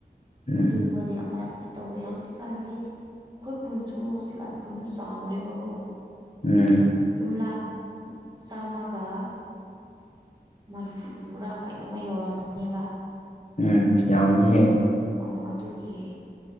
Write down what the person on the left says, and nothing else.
ꯎꯝ
ꯎꯝ
ꯎꯝ ꯌꯥꯝ ꯍꯦ